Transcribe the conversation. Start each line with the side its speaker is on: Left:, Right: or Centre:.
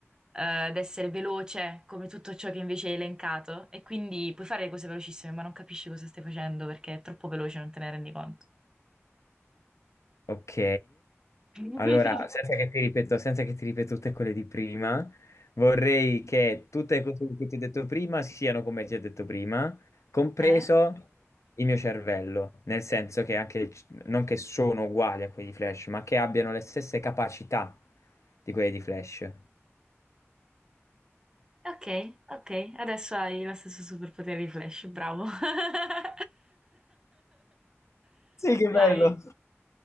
Right: eh, di essere veloce come tutto ciò che invece hai elencato e quindi puoi fare le cose velocissime, ma non capisci cosa stai facendo perché è troppo veloce, non te ne rendi conto.
Left: Ok,
Right: <laughs>
Left: allora senza che ti ripeto, senza che ti ripeto tutte quelle di prima, vorrei che tutte le cose che ti ho detto prima siano come ti ho detto prima, compreso
Right: Eh?
Left: il mio cervello, nel senso che anche, non che sono uguali a quelli di Flash, ma che abbiano le stesse capacità di quelli di Flash.
Right: Ok, ok, adesso hai lo stesso superpotere di Flash, bravo. <laughs>
Left: Sì, che
Right: Vai.
Left: bello.